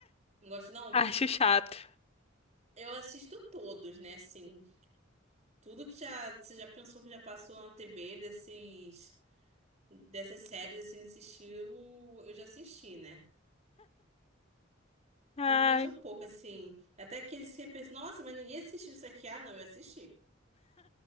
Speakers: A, on the right; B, on the left.
A: Não gosto, não?
B: Acho chato.
A: Eu assisto todos, né? Assim, tudo que já você já pensou que já passou na TV desses dessas séries assim nesse estilo, eu já assisti, né?
B: Ai,
A: Tudo mais um pouco assim, até que eles pensam, nossa, mas ninguém assistiu isso aqui. Ah, não, eu assisti.